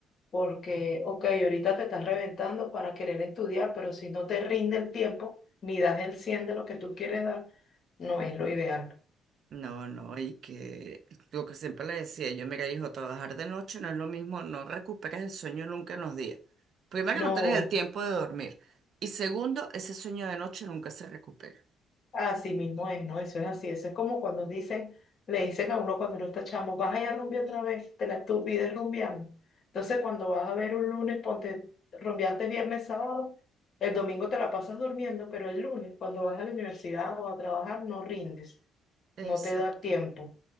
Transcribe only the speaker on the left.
Porque, ok, ahorita te estás reventando para querer estudiar, pero si no te rinde el tiempo, ni das el 100 de lo que tú quieres dar, no es lo ideal.
No,
Así mismo es, ¿no? Eso es así. Eso es como cuando dicen, le dicen a uno cuando uno está chamo, vas a ir a rumbear otra vez, te la tu vida es rumbeando. Entonces, cuando vas a ver un lunes, ponte, rumbeaste viernes, sábado, el domingo te la pasas durmiendo, pero el lunes, cuando vas a la universidad o a trabajar, no rindes,
no te da tiempo,